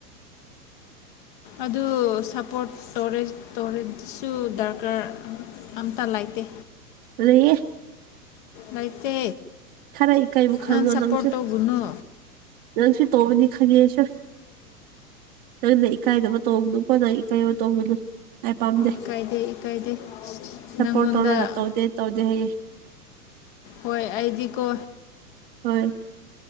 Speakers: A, on the left (about 30°); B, on the right (about 30°).
A: ꯑꯗꯨ ꯁꯞꯄꯣꯔꯠ ꯇꯣꯔꯦ ꯇꯣꯔꯦꯖꯁꯨ ꯗꯔꯀꯥꯔ ꯑꯝꯇ ꯂꯩꯇꯦ
B: ꯂꯩꯌꯦ
A: ꯂꯩꯥꯏꯇꯦ
B: ꯈꯔ ꯏꯀꯥꯏꯕ ꯈꯪꯉꯣ
A: ꯅꯥꯟ ꯁꯄꯣꯔꯠ
B: ꯅꯪꯁꯨ
A: ꯇꯧꯒꯨꯅꯨ
B: ꯅꯪꯁꯨ ꯇꯧꯕꯅꯤ ꯈꯪꯉꯦꯁ ꯅꯪꯅ ꯏꯀꯥꯏꯗꯕ ꯇꯧꯕꯗꯨꯣ ꯈꯣꯠꯠꯇ ꯏꯀꯥꯏꯕ ꯇꯧꯕꯗꯨꯣ ꯑꯩ ꯄꯥꯝꯗꯦ
A: ꯏꯀꯥꯏꯗꯦ ꯏꯀꯥꯏꯗꯦ
B: ꯁꯞꯄꯣꯔꯠ
A: ꯅꯪꯉꯣꯟꯗ
B: ꯇꯧꯔꯒ ꯇꯧꯗꯦ ꯇꯧꯗꯦ ꯍꯌꯦꯦ
A: ꯍꯣꯏ ꯑꯩꯗꯤꯀꯣ
B: ꯍꯣꯏ